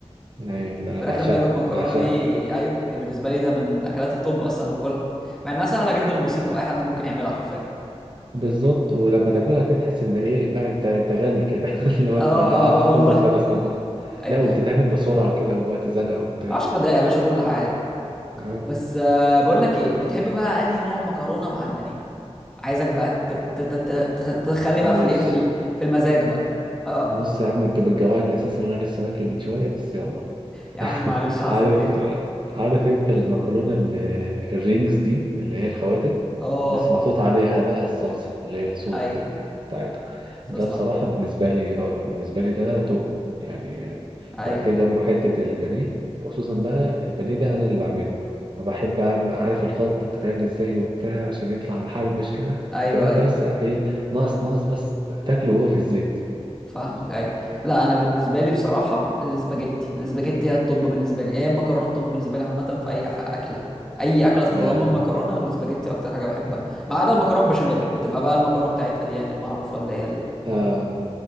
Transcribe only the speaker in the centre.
الفراخ
البانيه والمكرونه
دي ايوه دي بالنسبه لي ده من اكلات الطب اصلا اللي باكلها مع انها سهله جدا وبسيطه واي حد ممكن يعملها حرفيا
اه
اه اه
والله
اي
10 دقايق يا باشا كل حاجه
بس آه بقول لك ايه بتحب بقى انهي نوع مكرونه مع البانيه عايزك بقى تب- ت- ت- ت- تخ- تدخلني بقى
في الايه في ال- في المزاج بقى اه
يا عم
معلش حصل
خير
اه
ايوه
استصلح
ايوه
ايوه
ايوه
فاهمك ايوه لا انا بالنسبه لي بصراحه الاسباجيتي الاسباجيتي هي الطب بالنسبه لي هي المكرونه الطب بالنسبه لي عامه في اي ح- اكله اي اكله تتضمن
مكرونه انا الاسباجيتي اكتر حاجه بحبها ما عدا المكرونه بشاميل بتبقى بقى المكرونه بتاعتها دي يعني المعروفه اللي هي